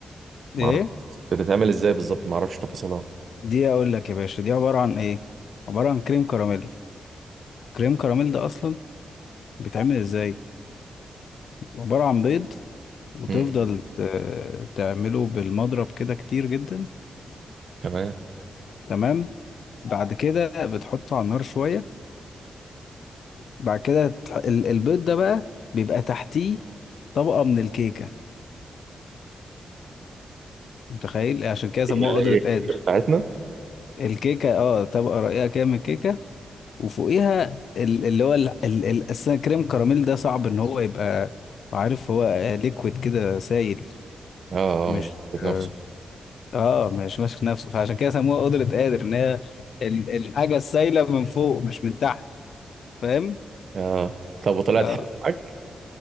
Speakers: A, on the right (about 60°); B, on the left (about 70°).
A: معرفش
B: دي ايه
A: بتتعمل ازاي بالظبط معرفش تفاصيلها
B: دي اقول لك يا باشا دي عبارة عن ايه عبارة عن كريم كراميل كريم كراميل ده اصلا بيتعمل ازاي عبارة عن بيض وتفضل
A: مم.
B: ت- تعمله بالمضرب كده كتير جدا
A: تمام
B: تمام بعد كده بتحطه على النار شوية بعد كده تح- ال- البيض ده بقى بيبقى تحتيه طبقة من الكيكة متخيل عشان كده سموها
A: اللي
B: قدرة
A: هي
B: قادر
A: بتاعتنا
B: الكيكة اه طبقة رقيقة كده من الكيكة وفوقيها ال- اللي هو ال- ال- ال- أساسا كريم كراميل ده صعب ان هو يبقى عارف هو ليكويد كده سايل
A: اه
B: مش
A: اه مش بتاعتك نفسه
B: اه آه، مش ماسك نفسه فعشان كده سموها قدرة قادر ان هي ال- الحاجة السايلة من فوق مش من تحت فاهم
A: اه طب وطلعت
B: اه
A: حلوه معاك؟